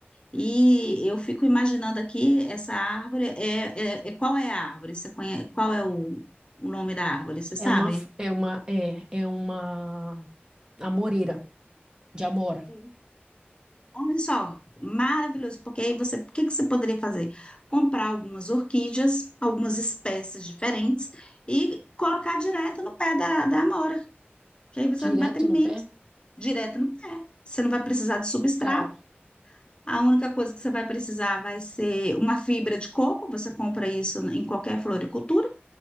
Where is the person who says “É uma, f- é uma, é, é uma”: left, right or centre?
Right